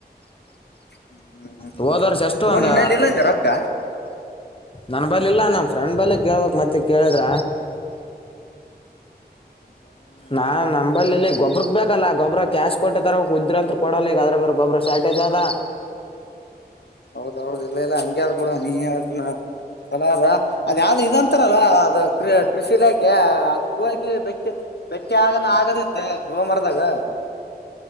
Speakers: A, on the left (about 75°); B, on the left (about 30°).
A: ಹ್ಮ್
B: ಹೋದವ್ರ ಸಷ್ಟ
A: ನೋಡ್
B: ಒಂದ
A: ನಿನ್ನಲ್ಲಿ ಇಲ್ಲ ಅಂದೆ ರೊಕ್ಕ
B: ನನ್ನ ಬಲ್ಲಿ ಇಲ್ಲ ನ ಫ್ರೆಂಡ್ ಬಲ್ಲ ಕೇಳ್ಬೇಕಕ್ ಮತ್ತೆ ಕೇಳಿದ್ರ
A: ಹ್ಮ್
B: ನಾನ್ ನಂಬಳ್ಳಲ್ಲಿ ಗೊಬ್ಬ್ರಕ್ ಬೇಕಲ್ಲಾ ಗೊಬ್ಬ್ರಕ್ ಕ್ಯಾಶ್ ಕೊಟ್ಟಾರ ಉುದ್ರಂತ್ ಕೊಡಲ್ಲ ಈಗ ಅದ್ರ ಬರ್ ಗೊಬ್ಬ್ರ ಶಾರ್ಟೇಜ್ ಅದ
A: ಹೌದ್ೌದ ಇಲ್ಲ ಇಲ್ಲ ಹಂಗಗೆ ಬಿಡ ನೀನ್ ಚಲ ಅದ ಅದ ಯಾವ್ದದು ಇದಂತಾರಲ್ಲ ಅದ ಕೃ ಕೃಷಿ ಇಲಾಖೆ ಅದಕ್ಕ ಹಗಿ ಬೆಟ್ಟಿ ಬೆಟ್ಟಿ ಆಗಣ ಆಗದಿತ್ತ ಗೋ ಮರದಾಗ ಹ್ಮ್ಮ